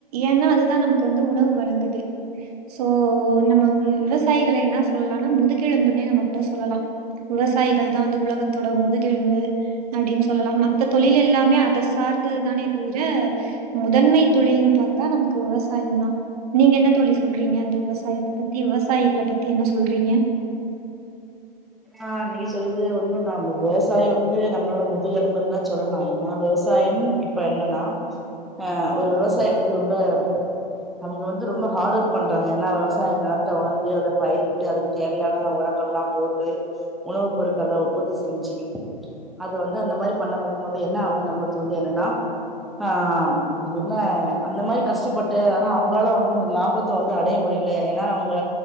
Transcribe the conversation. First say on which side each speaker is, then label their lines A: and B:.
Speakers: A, on the right (about 40°); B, in the centre.
A: ஏனா அதுதான் நமக்கு வந்து உணவு வழங்குது சோ நம்ம விவசாயிகள என்ன சொல்லலானா முதுகெலும்புண்ணே நம்ம கூட சொல்லலா விவசாயிகள்தான் வந்து உலகத்தோட முதுகெலும்பு அப்படின்னு சொல்லலா மத்த தொழில் எல்லாமே அத சார்ந்ததுதானே தவிர முதன்மை தொழில்னு பாத்தா நமக்கு விவசாயந்தான் நீங்க என்ன தோழி சொல்றீங்க அந்த விவசாயத்த பத்தி விவசாயிகள பத்தி என்ன சொல்றீங்க
B: ஆ நீ சொல்லுது உண்மதான் போ விவசாயம் வந்து நம்மளோட முதுகெலும்புன்னுதான் சொல்லலா ஏனா விவசாயம் இப்ப என்னன்னா ஆ ஒரு விவசாயி வந்து ரொம்ப அவங்க வந்து ரொம்ப ஹார்ட் ஒர்க் பண்றாங்க ஏன்னா விவசாயம் நெலத்த வந்து அத பயிரிட்டு அதுக்கு தேவையான உரங்கள் எல்லா போட்டு உணவுப் பொருட்கள உற்பத்தி செஞ்சி அது வந்து அந்த மாரி பண்ண போப்போம்து என்ன ஆகுது நம்மளுக்கு வந்து என்னன்னா ஆ என்ன அந்த மாரி கஷ்டப்பட்டு ஆனா அவங்களால வந்து ஒரு லாபத் இப்ப வந்து அடைய முடியல ஏனா அவுங்க